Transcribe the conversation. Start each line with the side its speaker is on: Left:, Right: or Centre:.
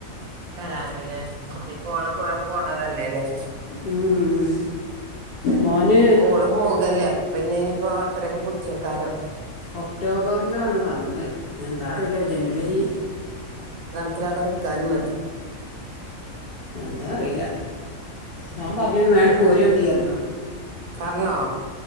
Right: വരാനല്ലേ ഇ പോണ പോ പോണതല്ലേല്ലേ
Left: ഉം മോന്
Right: ഓള് പോകല്ലേ അപ്പോ പിന്നെ ഇനിപ്പോ അത്രയൊക്കെ പിടിച്ചേക്കാരം
Left: ഒക്ടോബറിലാണ് പറഞ്ഞത് എന്താ അറിയില്ല ജനുവരി
Right: കലട നിക്കാനും മതി
Left: എന്താ അറിയില്ല ഞാൻ പറഞ്ഞ വേണ്ട പോരണ്ടീര
Right: പറഞ്ഞോ